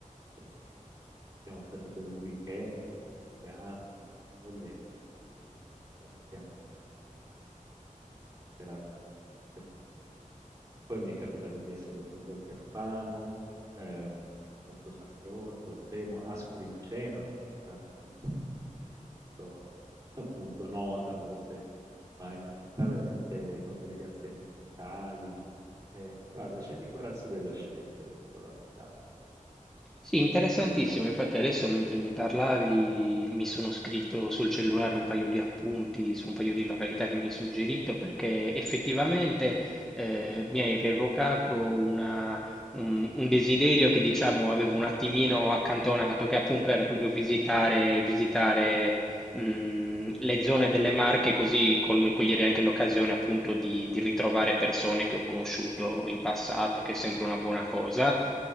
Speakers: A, on the right; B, in the centre.
A: E ci siamo stati per un weekend, per il mio compleanno, io e mia moglie, e ne siamo rimasti veramente ammaliati perché c'è un'atmosfera quasi fiabesca. Ma poi mi è capitato di essere più volte a Fano, ehm, a Porto San Giorgio, a Fermo, Ascoli Piceno, che è una città bellissima che non è molto <laughs> appunto nota forse, ma è una città veramente con delle piazze monumentali, eh, guarda, c'è l'imbarazzo della scelta, ti dirò la verità.
B: Sì, interessantissimo. Infatti adesso mentre mi parlavi mi sono scritto sul cellulare un paio di appunti su un paio di località che mi hai suggerito perché effettivamente eh, mi hai rievocato una- un, un desiderio che diciamo avevo un attimino accantonato, che appunto era proprio visitare, visitare mh, le zone delle Marche, così col- cogliere anche l'occasione appunto di, di ritrovare persone che ho conosciuto in passato, che è sempre una buona cosa.